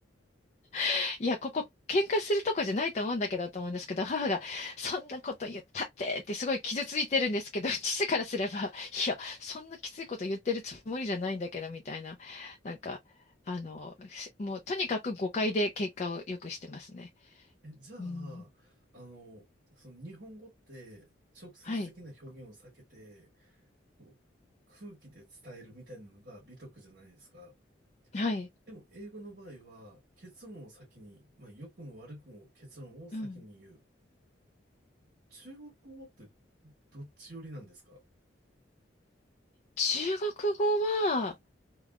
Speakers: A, on the left; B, on the right.
A: <laughs> いや、ここ喧嘩するとこじゃないと思うんだけどと思うんですけど、母がそんなこと言ったってってすごい傷ついてるんですけど、<laughs> 父からすれば、いや、そんなきついこと言ってるつもりじゃないんだけどみたいな、なんか、あの、しもうとにかく誤解で結果をよくしてますね。
B: え、じゃあ、
A: うん。
B: あの、その日本語って直接的な表現を避けて、
A: はい。
B: こう、空気で伝えるみたいなのが美徳じゃないですか。
A: はい。
B: でも英語の場合は結論を先に、まあ良くも悪くも結論を先に言う。
A: うん。
B: 中国語ってどっち寄りなんですか
A: 中国語は、